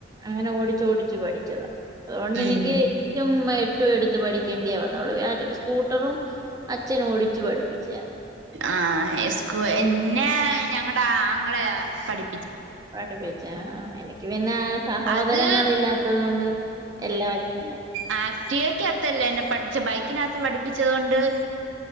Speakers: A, on the right (about 20°); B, on the right (about 70°).
A: അങ്ങനെ ഓടിച്ച് ഓടിച്ച് ച്ചു പഠിച്ചതാ അതുകൊണ്ട് എനിക്ക്
B: ഉം
A: ഏറ്റവും - ഒട്ടും എടുത്ത് പഠിക്കേണ്ടിയ വന്ന് അവള് വിചാരിച് ഒരു സ്കൂട്ടറും അച്ഛനും ഓടിച്ചു പഠിപ്പിച്ചയാ-
B: ആ സ്ക എന്നെ
A: ഉം
B: ഞങ്ങടെ ആങ്ങളയാ പഠി
A: പഠിപ്പിച്ചേ ആ എനിക്ക് പിന്നെ സഹോദരങ്ങളില്ലാത്തത്
B: അത്
A: കൊണ്ട്- എല്ലാം അച്ഛ്നാ
B: ആക്ടിവാക്കത്തല്ല എന്നെ പഠിപ്പിച്ചേ ബൈക്കിനാത്ത് പഠിപ്പിച്ചത് കൊണ്ട്-